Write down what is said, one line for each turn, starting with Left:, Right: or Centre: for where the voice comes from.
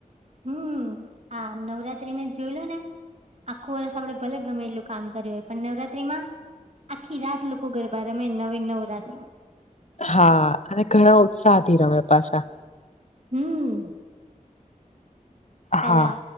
Right: હમ્મ આ નવરાત્રીને જ જોઈ લો ને? આખું વરષ આપડે ભલે ગમે એટલું કામ કર્યું હોય પણ નવરાત્રીમાં આખી રાત લોકો ગરબા રમે નવી નવરાત્ર.
Left: હા અને ઘણા ઉત્સાહથી રમે પાછા.
Right: હમ્મ. પેલા,
Left: હા